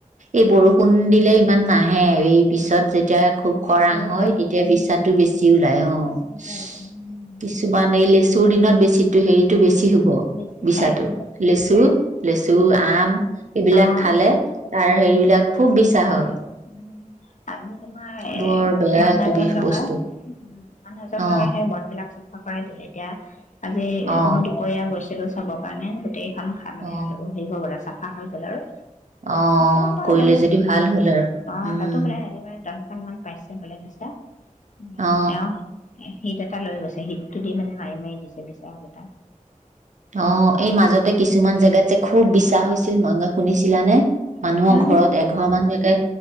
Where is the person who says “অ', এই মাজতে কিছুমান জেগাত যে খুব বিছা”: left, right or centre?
Right